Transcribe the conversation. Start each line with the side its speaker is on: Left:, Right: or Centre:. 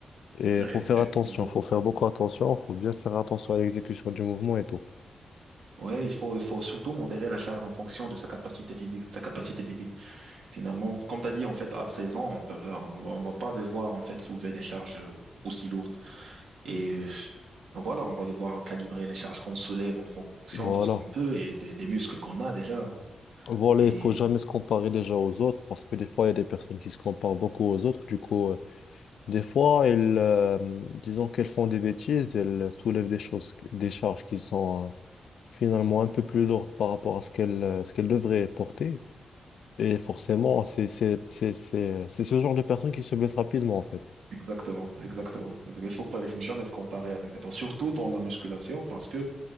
Left: Et
Right: Ouais,
Left: faut faire
Right: tu-
Left: attention,
Right: exactement.
Left: faut faire beaucoup attention, faut bien faire attention à l'exécution du mouvement et tout.
Right: Ouais, il faut, il faut surtout modérer la charge en fonction de sa capacité physique, de la capacité physique. Finalement, comme tu as dit, en fait, à 16 ans, on peut, on, va- on va pas devoir, en fait, soulever des charges aussi lourdes. Et euh, voilà, on va devoir calibrer les charges qu'on soulève en fonction
Left: Voilà.
Right: de ce qu'on peut et des, des muscles qu'on a déjà. hein.
Left: Voilà,
Right: Et
Left: il faut jamais se comparer déjà aux autres parce que des fois, il y a des personnes qui se comparent beaucoup aux autres. Du coup, euh, des fois, elles, euh, disons qu'elles font des bêtises, elles soulèvent des choses, des charges qui sont euh, finalement un peu plus lourdes par rapport à ce qu'elles euh, ce qu'elles devraient porter. Et forcément, c'est c'est- c'est- c'est- c'est ce genre de personne qui se blesse rapidement, en fait.
Right: Exactement, exactement. Il faut pas, il faut jamais se comparer avec des personnes, surtout dans la musculation, parce que